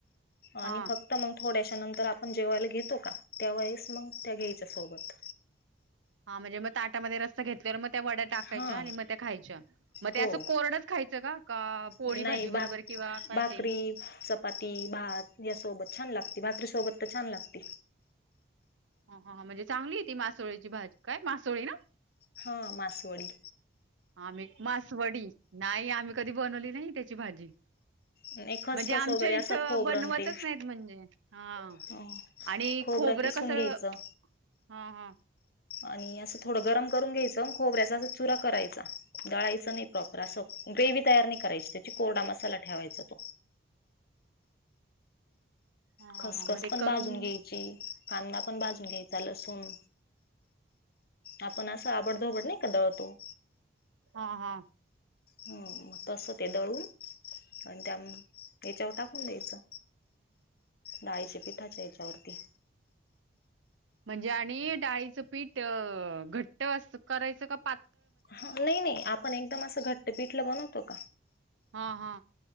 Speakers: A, on the left; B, on the right.
A: आणि
B: हा
A: फक्त मग थोड्याश्या नंतर आपण जेव्हायला घेतो का त्या वळेस मग त्या घ्यायच्या सोबत
B: हा म्हणजे मग ताटामध्ये रस्ता घेतलेवर म त्या वड्या टाकायच्या
A: हा
B: आणि मग त्या खायच्या मग त्या
A: हो
B: असं कोरडच खायचं का पोळी
A: नाही
B: भाजी बरोबर.
A: भाक
B: किंवा काय
A: भाकरी
B: ते
A: चपाती भात यासोबत छान लागते भातरी सोबत तर छान लागते.
B: ह म्हणजे चांगली ती मासोळीची भाजी काय मासोळी ना.
A: हा मासुवाडी
B: आम्ही मासवडी नाही आम्ही कधी बनवली नाही त्याची भाजी
A: नाही खसखस
B: म्हणजे आमच्या
A: वगैरे
B: इथं
A: असं खोबरं
B: बनवतच
A: न ते
B: नाहीत म्हणजे हा.
A: अं,
B: आणि खोबरं
A: किसून
B: कसं
A: घ्यायचं
B: हा हा.
A: आणि असं थोडं गरम करून घ्यायचं खोबऱ्या अस अस चुरा करायचाडळायचं नाही प्रॉपर असं. ग्रेव तयार नाही करायची त्याची कोरडा मसाला ठेवायचा तो.
B: हा हा
A: खसखस
B: हा मग ते
A: पण
B: करून
A: बाजून घ्यायची कांदा पण बाजून घ्यायचा लसून आपण असं आवडधोबड नाही कदाळतो.
B: हा हा.
A: हो तस ते दळू आणि त्या याच्यावर टाकून द्यायचं डाळीचे पिठाच्या याच्यावरती
B: म्हणजे आणि डाळीचं पीठ घट्ट अस करायचं का पा
A: ह नाही नाही आपण एकदम असं घट्ट पिठलं बनवतो का
B: हा हा